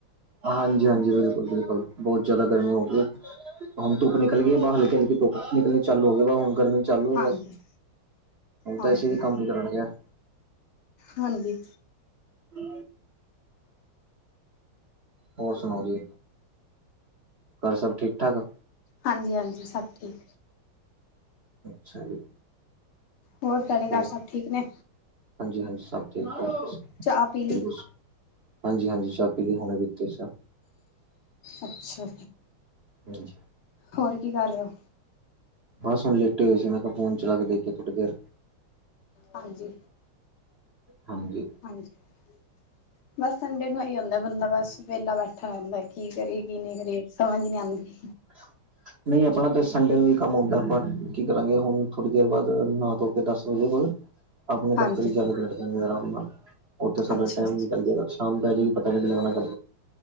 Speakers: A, on the right; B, on the left.
A: ਹਾਂਜੀ- ਹਾਂਜੀ ਬਿਲਕੁਲ ਬਿਲਕੁਲ ਬਹੁਤ ਜਿਆਦਾ ਗਰਮੀ ਹੋ ਗਈ। ਹੂੰ ਤੂੰਪ ਨਿਕਲ ਗਈ ਬਾਹਰ ਹਲਕੇ- ਹਲਕੇ ਧੁਪ ਨਿਕਲਣੇ ਚਾਲੂ ਹੋ ਗਈ ਵਾਹ ਹੁਣ ਗਰਮੀ ਚੱਲੂ ਏ
B: ਹਾਂਜੀ
A: ਬਸ ਹੁਣ ਤਾਂ
B: ਹਾਂਜੀ
A: ਏਸੀ ਵੀ ਕੰਮ ਨੀ ਕਰਨ ਗਿਆ।
B: ਹਾਂਜੀ
A: ਹੂ ਹੋਰ ਸੁਣਾਓ ਜੀ ਘਰ ਸਭ ਠੀਕ ਠਾਕ?
B: ਹਾਂਜੀ- ਹਾਂਜੀ ਸਭ ਠੀਕ।
A: ਅੱਛਾ ਜੀ।
B: ਹੋਰ ਤੁਹਾਡੇ ਘਰ
A: ਹੋਰ
B: ਸਭ ਠੀਕ ਨੇ
A: ਹਾਂਜੀ- ਹਾਂਜੀ ਸਭ ਠੀਕ ਤੁਸੀ ਦੱਸੋ
B: ਚਾਹ ਪੀ ਲਈ
A: ਹਾਂਜੀ -ਹਾਂਜੀ ਚਾਹ ਪੀਲੀ, ਹੁਣੇ ਪੀਤੀ ਸੀ ਚਾਹ
B: ਅੱਛਾ- ਅੱਛਾ
A: ਹਾਂਜੀ
B: ਹੋਰ ਕੀ ਕਰ ਰਹੇ ਹੋ?
A: ਬਸ ਹੁਣ ਲੇਟੇ ਹੋਏ ਸੀ, ਮੈਂ ਕਿਹਾ ਫੋਨ ਚਲਾ ਕੇ ਦੇਖਿਏ ਥੋੜੀ ਦੇਰ
B: ਹਾਂਜੀ
A: ਹਾਂਜੀ
B: ਹਾਂਜੀ ਬਸ ਸੰਡੇ ਨੂੰ ਐਹੀ ਹੁੰਦਾ, ਬੰਦਾ ਬਸ ਵੇਹਲਾ ਬੈਠਾ ਰਹਿੰਦਾ। ਕੀ ਕਰੀਏ ਕੀ ਨਈ ਕਰੀਏ, ਸਮਝ ਈ ਨੀ ਆਉਂਦੀ।
A: ਹ <inaudible> ਨਹੀਂ ਆਪਣਾ ਤਾਂ ਸੰਡੇ ਨੂੰ ਵੀ ਕੰਮ ਆਉਂਦਾ, ਆਪਾਂ ਕੀ ਕਰਾਂਗੇ ਹੁਣ ਥੋੜ੍ਹੀ ਦੇਰ ਬਾਅਦ, ਨਾ ਧੋ ਕੇ, ਦਸ ਵਜੇ ਕੋਲ ਆਪਣੇ ਦਫ਼ਤਰ
B: ਹਾਂਜੀ
A: ਚ ਜਾ ਕੇ ਬੈਠ ਜਾਂਦੇ ਆਰਾਮ ਨਾਲ, ਉੱਥੇ ਸਾਡਾ
B: ਅੱਛਾ
A: ਟਾਈਮ
B: ਅੱਛਾ
A: ਨਿਕਲ ਜੇਗਾ ਸ਼ਾਮ ਪੈ ਜਾੂਗੀ, ਪਤਾ ਈ ਨਈ ਲਗਣਾ ਕ